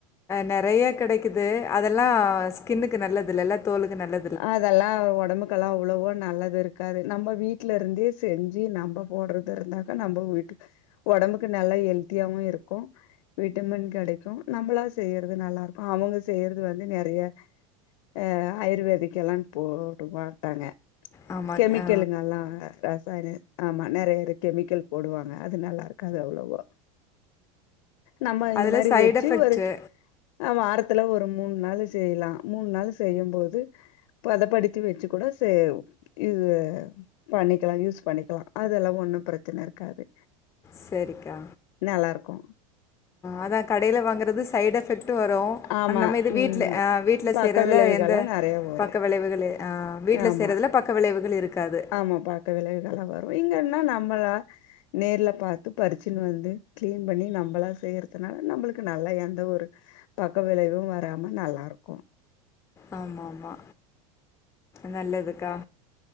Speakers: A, on the left; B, on the left.
A: நெறய கெடைக்குது அதெல்லா ஸ்கின்னுக்கு நல்லதில்லல தோலுக்கு நல்ல
B: அதெல்லா உடம்புக் கலா அவ்ளவோ நல்லது இருக்காது நம்ம வீட்ல இருந்தே செஞ்சு நம்ப போடுறது இருந்தாக்க நம்ப வீட்டுக் உடம்புக்கு நல்ல ஹெல்த்தியாவு இருக்கு விட்டமின் கெடைக்கு நம்மளா செய்யறது நல்லாருக்கு அவங்க செய்யறது வந்து நெறய அ ஆயுர்வேதிக்கல்லா போடுவாதான
A: ஆமா
B: கெமிக்கலுங்க
A: ஆ
B: எல்லா ரசாயன ஆமா நெறய கெமிக்கல் போடுவாங்க அது நல்லாருக்காது அவ்ளவா நம்ம இந்த
A: அதில
B: மாரி
A: சைடு
B: வச்சு
A: எஃபெக்ட்டு
B: ஒரு வாரத்துல ஒரு மூணு நாள் செய்யலா மூணு நாள் செய்ய போது பதப்படுத்தி வச்சு கூட செ இது பண்ணிக்கலா யூஸ் பண்ணிக்கலா அதெல்லா ஒன்னு பிரச்சனை இருக்காது
A: செரிக்கா
B: நல்லாருக்கு
A: அதா கடைல வாங்கறது சைட் எஃபெக்ட்டு வரு
B: ஆமா
A: ஆ நம்ம இது
B: ம்மா
A: வீட்ல அ வீட்ல
B: பக்க
A: செய்யறதுல
B: விளைவுகள்லா
A: எந்த
B: நெறைய வரு
A: பக்க விளைவுகள் அ வீட்ல
B: ஆமா
A: செய்றதில பக்க விளைவுகள் இருக்காது
B: ஆமா பக்க விளைவுகள்ளா வரு இங்கன்னா நம்பளா நேர்ல பாத்து பறிச்சுன்னு வந்து கிளீன் பண்ணி நம்பளா செய்யறதுனால நம்பளுக்கு நல்லா எந்த ஒரு பக்க விளைவு வராம நல்லாருக்கு
A: ஆமாமா நல்லதுக்கா